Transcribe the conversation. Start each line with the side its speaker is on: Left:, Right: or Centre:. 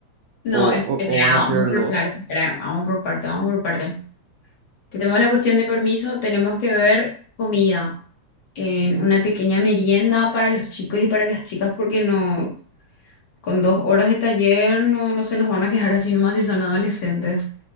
Left: No,
Right: o,
Left: es-
Right: o,
Left: espera,
Right: o van a
Left: vamos
Right: ser
Left: por
Right: dos.
Left: parte, espera, vamos por parte, vamos por parte. Si Tenemos la cuestión de permiso, tenemos que ver comida en una pequeña merienda para los chicos y para las chicas porque no Con dos horas de taller no, no se nos van a quejar así nomás si son adolescentes.